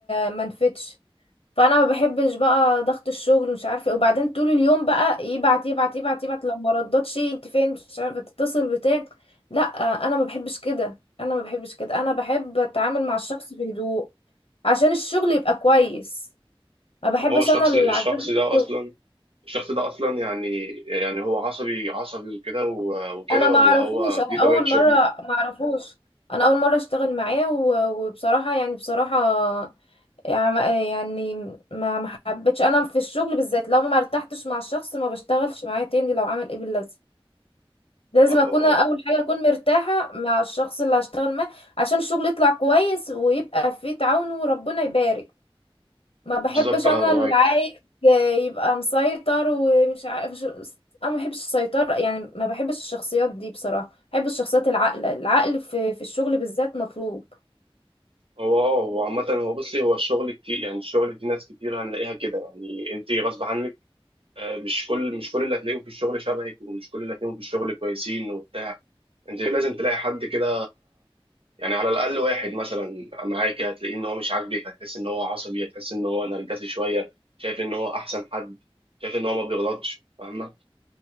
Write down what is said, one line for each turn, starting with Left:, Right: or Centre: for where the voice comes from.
Left: ما نفيدش فانا ما بحبش بقى ضغط الشغل مش عارفه إيه. وبعدين طول اليوم بقى يبعت يبعت يبعت يبعت لو ما ردتش انت فين مش عارفه تتصل بتاع لا انا ما بحبش كده انا ما بحبش كده انا بحب اتعامل مع الشخص بهدوء عشان الشغل يبقى كويس ما بحبش
Right: طب هو الشخص
Left: انا اللي
Right: الشخص
Left: عجبت
Right: ده
Left: الشغل
Right: اصلا الشخص ده اصلا يعني يعني هو عصبي عصبي وكده و- وكده
Left: انا ما
Right: ولا
Left: اعرفوش
Right: هو
Left: انا
Right: دي طبيعة
Left: اول
Right: شغله
Left: مره ما اعرفوش انا اول مره اشتغل معاه و- وبصراحه يعني بصراحه يعني يعني ما ما حبيتش انا في الشغل بالذات لو ما ارتحتش مع الشخص ما بشتغلش معاه تاني لو عمل ايه باللازم لازم
Right: اه
Left: اكون
Right: اه
Left: اول حاجه اكون مرتاحه مع الشخص اللي هشتغل معاه عشان الشغل يطلع كويس ويبقى فيه تعاون وربنا يبارك ما بحبش
Right: بالظبط
Left: انا
Right: انا معاك
Left: اللي عايز يبقى مسيطر ومش عارف شو- انا ما بحبش السيطره يعني ما بحبش الشخصيات دي بصراحه بحب الشخصيات العاقله العقل في في الشغل بالذات مطلوب
Right: هو اه هو عامة هو بصي هو الشغل كتير يعني الشغل دي ناس كتير هنلاقيها كده يعني انت غصب عنك آه، مش كل مش كل اللي هتلاقيهم في الشغل شبهك ومش كل اللي هتلاقيهم في الشغل كويسين وبتاع انت لازم تلاقي حد كده يعني على الاقل واحد مثلا معاك هتلاقيه ان هو مش عاجبك هتحس ان هو عصبي هتحس ان هو نرجسي شويه شايف ان هو احسن حد شايف ان هو ما بيغلطش فاهمه